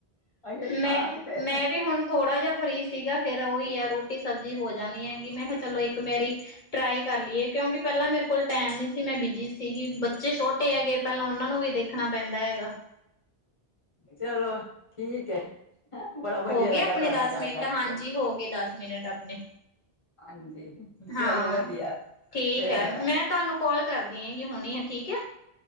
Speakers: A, on the left; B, on the left.
A: ਅ ਖਾਣਾ
B: ਮੈਂ
A: ਤੇ
B: -ਮੈਂ ਵੀ ਹੁਣ ਥੋੜਾ ਜਿਹਾ ਫਰੀ ਸੀਗਾ ਫਿਰ ਉਹੀ ਐ ਰੋਟੀ ਸਬਜ਼ੀ ਹੋ ਜਾਣੀ ਹੈਗੀ ਮੈਂ ਕਿਹਾ ਚਲੋ ਇੱਕ ਮੇਰੀ ਟਰਾਈ ਕਰ ਲਈਏ, ਕਿਉਂਕਿ ਪਹਿਲਾਂ ਮੇਰੇ ਕੋਲ ਟਾਈਮ ਨਹੀਂ ਸੀ ਮੈਂ ਬਿਜੀ ਸੀਗੀ ਬੱਚੇ ਛੋਟੇ ਹੈਗੇ। ਪਹਿਲਾਂ ਉਹਨਾਂ ਨੂੰ ਵੀ ਦੇਖਣਾ ਪੈਂਦਾ ਹੈਗਾ।
A: ਚਲੋ ਠੀਕ ਐ। ਹੈਂ ਬੜਾ ਵਧੀਆ
B: ਹੋ ਗਏ
A: ਲੱਗਾ
B: ਆਪਣੇ
A: ਤੁਹਾਡੇ
B: ਦਸ
A: ਨਾਲ ਗੱਲ
B: ਮਿੰਟ
A: ਕਰਕੇ
B: ਹਾਂਜੀ ਹੋ ਗਏ ਦਸ ਮਿੰਟ ਆਪਣੇ
A: ਹਾਂਜੀ, ਚਲੋ
B: ਹਾਂ
A: ਵਧੀਆ,
B: ਠੀਕ
A: ਫੇਰ
B: ਹੈ
A: ਕਰਾਂਗੇ।
B: ਮੈਂ ਤੁਹਾਨੂੰ ਕਾਲ ਕਰਦੀ ਹੈਗੀ ਹੁਣੀ ਆ ਠੀਕ ਆ।